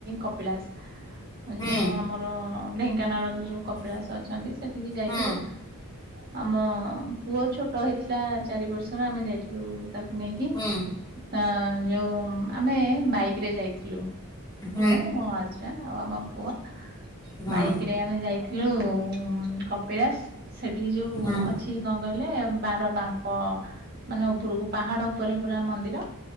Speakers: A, on the right (about 45°); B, on the left (about 20°).
A: କପିଳାସ। ଏ
B: ହୁଁ
A: ଯୋଉ ଆମର ଢେଙ୍କାନାଳରେ ଯୋଉ କପିଳାସ ଅଛନ୍ତି, ସେଠିକି ଯାଇଥିଲୁ।
B: ହୁଁ
A: ଆମ ପୁଅ ଛୋଟ ହେଇଥିଲା ଚାରି ବର୍ଷର ଆମେ ଯାଇଥିଲୁ ତାକୁ ନେଇକି।
B: ହୁଁ।
A: ହଁ ଯୋଉ ଆମେ ବାଇକ୍ ରେ ଯାଇଥିଲୁ।
B: ହୁଁ
A: ମୁଁ ମୋ ହଜବାଣ୍ଡ ଆଉ ଆମ ପୁଅ।
B: ହୁଁ ହୁଁ
A: ବାଇକ ରେ ଆମେ ଯାଇଥି ଥିଲୁ କପିଳାସ ସେଠି ଯୋଉ
B: ହୁଁ
A: ଅଛି କଣ କହିଲେ ବାର ବାଙ୍କ ମାନେ ଉପରକୁ ପାହାଡ ଉପରେ ପୁରା ମନ୍ଦିର